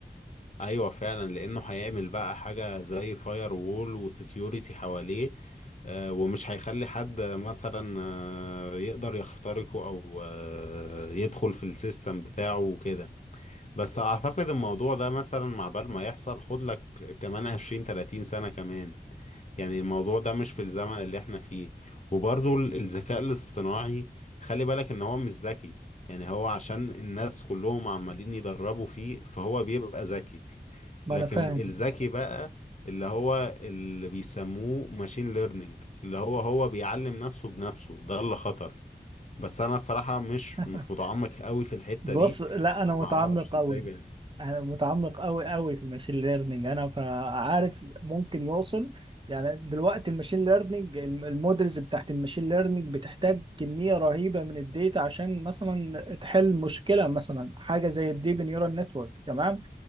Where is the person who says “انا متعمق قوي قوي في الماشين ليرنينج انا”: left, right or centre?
Right